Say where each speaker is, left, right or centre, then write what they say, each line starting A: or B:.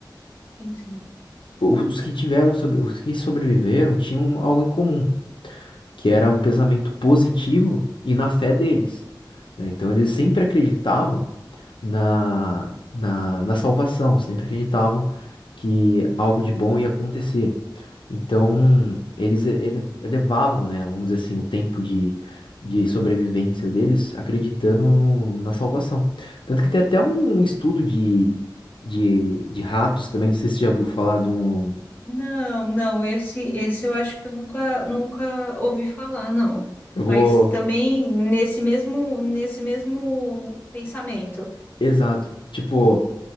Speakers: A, on the left; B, on the left.
A: Sim, sim,
B: o- os que tiveram, sobre, os que sobreviveram tinham algo em comum, que era um pensamento positivo e na fé deles, né? Então eles sempre acreditavam na, na, na salvação, sempre acreditavam que algo de bom ia acontecer. Então, eles ele- elevavam, né, vamos dizer assim, o tempo de, de sobrevivência deles acreditando no- na salvação. Tanto que tem até um estudo de,
A: sim.
B: de, de ratos também, não sei se você já ouviu falar de um.
A: Não, não, esse, esse eu acho que eu nunca, nunca ouvi falar, não.
B: Eu
A: Mas
B: vou.
A: também nesse mesmo, nesse mesmo pensamento.
B: Exato. Tipo.